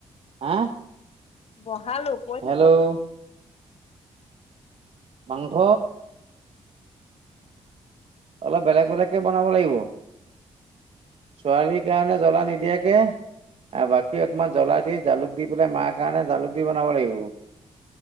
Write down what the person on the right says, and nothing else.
হা
হেল্ল'?
মাংস অলপ বেলেগ বেলেগকৈ বনাব লাগিব। ছোৱালীৰ কাৰণে জ্বলা নিদিয়াকে আৰু বাকী অকমান জ্বলা দি জালুক দি পেলাই মাৰ কাৰণে জালুক দি বনাব লাগিব।